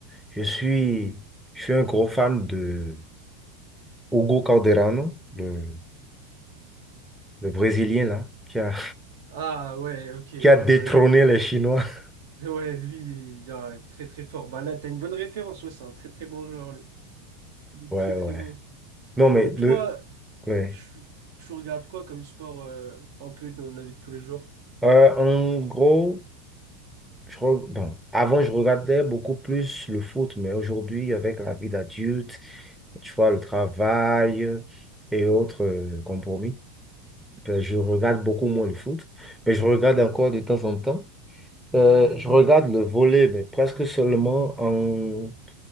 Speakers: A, in the centre; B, on the right.
A: Je suis, je suis un gros fan de Hugo Calderano, le, le Brésilien là, qui a,
B: Ah ouais,
A: <laughs>
B: ok, ouais,
A: qui a
B: ouais.
A: détrôné les Chinois. <laughs>
B: Ouais, lui, il est très très fort. Bah là, t'as une bonne référence, ouais, c'est un très très bon joueur, lui. Il est
A: Ouais,
B: très très
A: ouais.
B: bon.
A: Non, mais
B: Et
A: le,
B: toi,
A: ouais.
B: tu, tu regardes quoi comme sport euh, un peu dans la vie de tous les jours?
A: Euh, en gros. Je re- bon, avant, je regardais beaucoup plus le foot, mais aujourd'hui, avec la vie d'adulte, tu vois, le travail et autres euh, compromis, ben, je regarde beaucoup moins le foot, mais je regarde encore de temps en temps. Euh, je regarde le volley, mais presque seulement en,